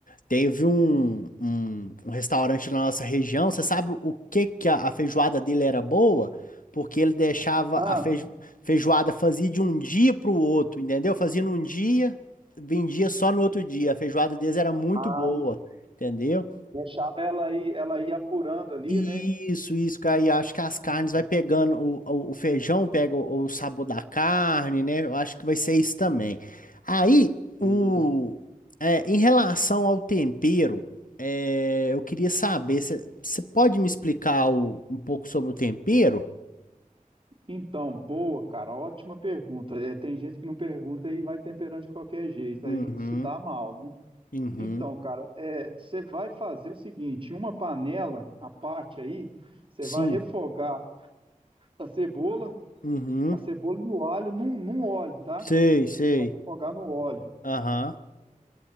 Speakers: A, on the left (about 70°); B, on the right (about 35°).
A: Teve um, um, um restaurante na nossa região. Você sabe o que que a, a feijoada dele era boa? Porque ele deixava
B: Ah,
A: a feijo- feijoada fazia de um dia para o outro, entendeu? Fazia num dia, vendia só no outro dia. A feijoada deles era muito
B: ah,
A: boa, entendeu?
B: deixava ela aí, ela ir apurando ali,
A: Isso,
B: né?
A: isso, cara. E acho que as carnes vai pegando, o, o, o feijão pega o, o sabor da carne, né? Eu acho que vai ser isso também. Aí, o,
B: Isso.
A: é, em relação ao tempero, é, eu queria saber, você pode me explicar o- um pouco sobre o tempero?
B: Então, boa, cara, ótima pergunta. É, tem gente que não pergunta e vai temperando de qualquer jeito,
A: Uhum,
B: aí se dá mal, né?
A: uhum,
B: Então, cara, é, você vai fazer o seguinte, em uma panela à parte aí, você
A: sim,
B: vai refogar a cebola,
A: uhum,
B: a cebola e o alho num, num óleo, tá?
A: sei, sei,
B: Você vai refogar no óleo.
A: aham,